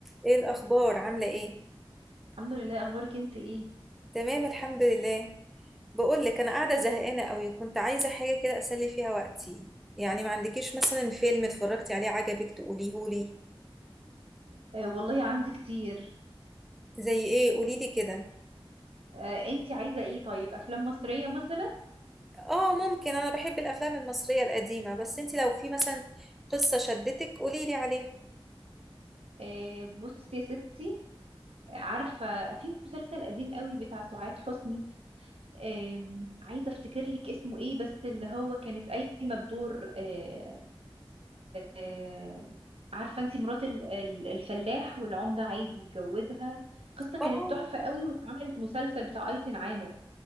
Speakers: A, in the centre; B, on the right.
A: ايه الاخبار عامله ايه
B: الحمد لله اخبارك انت ايه
A: تمام الحمد لله بقول لك انا قاعده زهقانه قوي كنت عايزه حاجه كده اسلي فيها وقتي يعني ما عندكيش مثلا فيلم اتفرجتي عليه عجبك تقوليهولي
B: آه والله عندي كتير
A: زي ايه قولي لي كده
B: آه انت عايزه ايه طيب افلام مصريه مثلا
A: اه ممكن انا بحب الافلام المصريه القديمه بس انت لو في مثلا قصه شدتك قولي لي عليها
B: آه بصي يا ستي آه، عارفه في مسلسل قديم قوي بتاع سعاد حسني آه عايزه افتكر لك اسمه ايه بس اللي هو كانت قايمه بدور آه آه عارفه انت مرات ال- ال- الفلاح والعمده عايز يتجوزها قصه
A: اه
B: كانت تحفه قوي واتعملت مسلسل بتاع ايتن عامر